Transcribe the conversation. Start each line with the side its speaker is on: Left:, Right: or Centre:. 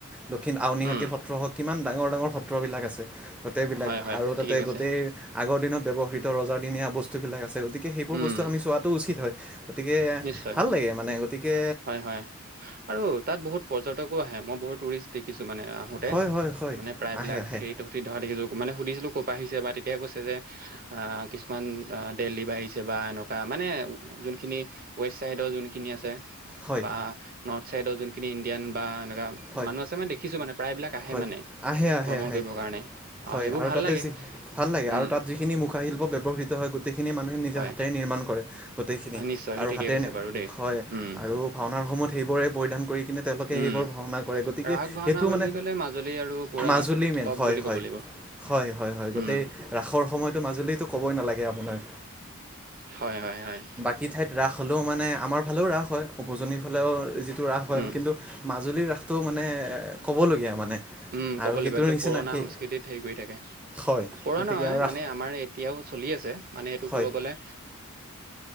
Centre: দক্ষিণ আউনীহাটী
Right: উম,
Centre: সত্ৰ হওঁক কিমান ডাঙৰ ডাঙৰ সত্ৰবিলাক আছে। গোটেইবিলাক,
Right: হয়, হয়,
Centre: আৰু
Right: ঠিকে
Centre: তাতে
Right: কৈছে।
Centre: গোটেই আগৰ দিনত ব্যৱহৃত ৰজাদিনীয়া বস্তুবিলাক আছে। গতিকে গতিকে সেইবোৰ
Right: উম,
Centre: বস্তু আমি চোৱাটো উচিত হয়, গতিকে
Right: নিশ্চয়।
Centre: ভাল লাগে মানে। গতিকে
Right: হয়, হয়। আৰু তাত বহুত পৰ্য্যটকো আহে, মই বহুত টুৰিষ্ট দেখিছো মানে আহোতে
Centre: হয় হয় হয়
Right: মানে প্ৰায়বিলাক
Centre: আহে আহে
Right: ফেৰীত ত অহা দেখছো। মানে সুধিছিলোঁ ক'ৰ পৰা আহিছে বা তেতিাই কৈছে যে আহ কিছুমান দেলহী পা আহিছে বা এনেকুৱা বা মানে যোনখিনি ৱেষ্ট ছাইডৰ যোনখিনি আছে
Centre: হয়
Right: বা নৰ্থ ছাইডৰ যোনখিনি ইণ্ডিয়ান বা এনেকুৱা
Centre: হয়
Right: মানুহ আছে মানে দেখিছো মানে প্ৰায়বিলাক আহে
Centre: হয়
Right: মানে
Centre: আহে আহে
Right: ভ্ৰমণ
Centre: আহে
Right: কৰিবৰ কাৰণে, অ'
Centre: হয়
Right: সেইবোৰ
Centre: আৰু
Right: ভাল
Centre: তাতে
Right: লাগে।
Centre: যি ভাল লাগে।
Right: উম,
Centre: আৰু তাত যিখিনি মুখাশিল্প ব্যয়ৱহৃত হয় গোটেইখিনি মানুহে নিজে
Right: হয়,
Centre: হাতেৰে নিৰ্মাণ কৰে। গোটেইখিনি,
Right: নিশ্চয় এইটো
Centre: আৰু
Right: ঠিকেই
Centre: হাতেৰে
Right: কৈছে বাৰু দেই।
Centre: হয়।
Right: উম,
Centre: আৰু ভাওনাৰ সময়ত সেইবোৰে পৰিধান কৰি কিনে তেওঁলোকে
Right: উম।
Centre: সেইবোৰ ভাওনা কৰে। গতিকে
Right: ৰাগ ভাওনা
Centre: সেইটো
Right: বুলি
Centre: মানে
Right: ক'লে মাজুলী আৰু পুৰা
Centre: মাজুলী মেইন
Right: টপ
Centre: হয়
Right: বুলি
Centre: হয়।
Right: ক'ব লাগিব।
Centre: হয়, হয়, হয় গোটেই
Right: উম,
Centre: ৰাসৰ সময়টো মাজুলীতো ক'বই নালাগে আপোনাৰ।
Right: হয়, হয়, হয়।
Centre: কি ঠাইত ৰাস হ'লেও মানে আমাৰ ফালেও ৰাস হয়, উজনিৰ ফালেও টো ৰাস হয়।
Right: উম,
Centre: কিন্তু মাজুলীৰ ৰাসটো মানে ক'বলগীয়া মানে।
Right: উম,
Centre: আৰু
Right: ক'ব
Centre: সেইটোৰ
Right: লাগিব একদম
Centre: নিচিনা
Right: পুৰণা
Centre: সেই
Right: সংস্কৃতিত হেৰি কৰি থাকে,
Centre: হয়
Right: পুৰনা
Centre: গতিকে
Right: নহয়
Centre: আৰু ৰাস
Right: মানে আমাৰ এতিয়াও চলি আছে মানে এইটো
Centre: হয়
Right: ক'ব গ'লে।